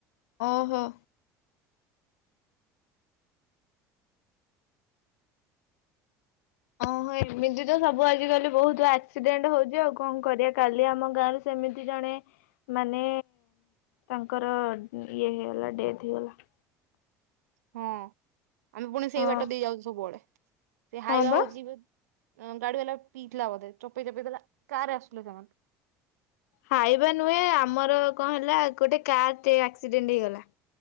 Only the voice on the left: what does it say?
ଓହୋ। ଓ ହୋ ଏମତିତ ସବୁ ଆଜି କାଲି ବହୁତ ଆକ୍ସିଡେଣ୍ଟ ହଉଚି ଆଉ କଣ କରିବା କାଲି ଆମ ଗାଁରେ ସେମିତି ଜଣେ ମାନେ ତାଙ୍କର ଇଏ ହେଇଗଲା ଡେଥ ହେଇଗଲା।
ହଁ
ହଁ ବା।
ହାଇବା ନୁହେଁ ଆମର କଣ ହେଲା ଗୋଟେ କାରଟେ ଆକ୍ସିଡେଣ୍ଟ ହେଇଗଲା।